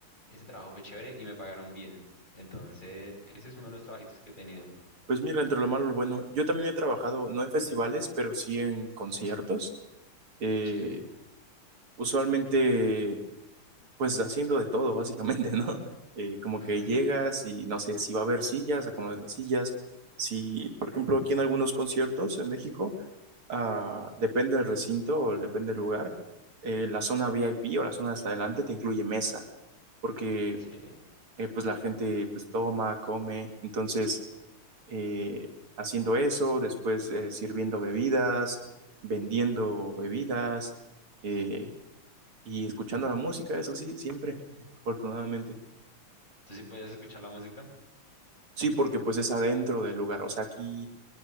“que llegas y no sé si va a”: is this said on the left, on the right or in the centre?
Right